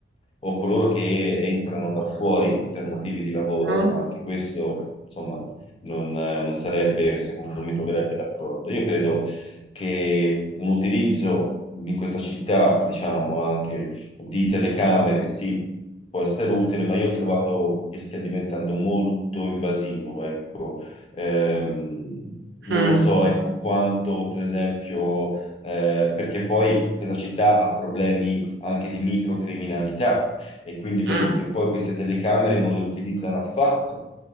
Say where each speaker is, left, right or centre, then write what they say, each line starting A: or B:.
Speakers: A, on the left; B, on the right.
A: o coloro che entrano da fuori per motivi di lavoro,
B: mm,
A: ma anche questo, insomma, non, eh, non sarebbe, secondo me, mi troverebbe d'accordo. Io credo che un utilizzo in questa città, diciamo, anche di telecamere, sì, può essere utile, ma io ho trovato che stia diventando molto invasivo, ecco. Ehm,
B: mm,
A: non lo so, ecco, quanto, per esempio, eh, perché poi questa città ha problemi anche di microcriminalità e quindi
B: mm.
A: vedi che poi queste telecamere non le utilizzano affatto